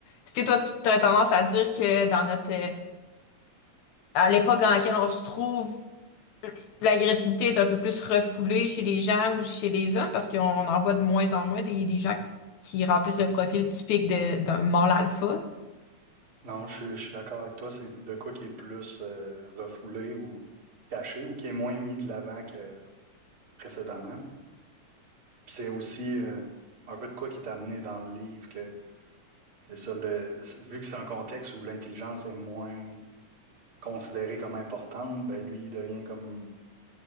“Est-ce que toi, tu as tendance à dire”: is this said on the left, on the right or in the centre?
Left